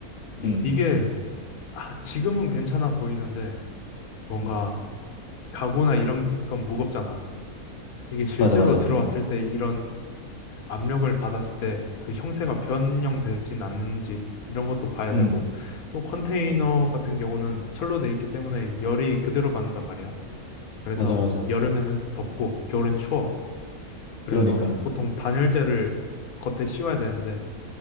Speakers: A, on the left; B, on the left.
A: 음.
B: 이게 아, 지금은 괜찮아 보이는데 뭔가
A: 음.
B: 가구나 이런 건 무겁잖아. 이게 실제로
A: 맞아, 맞아.
B: 들어왔을
A: 음,
B: 때 이런 압력을 받았을 때 그 형태가 변형되진 않는지 이런 것도 봐야
A: 음.
B: 되고 또 컨테이너 같은 경우는 철로 돼 있기 때문에 열이 그대로 받는단 말이야. 그래서
A: 맞아, 맞아.
B: 여름에는 덥고 겨울엔 추워. 그래서
A: 그러니까.
B: 보통 단열재를 겉에 씌워야 되는데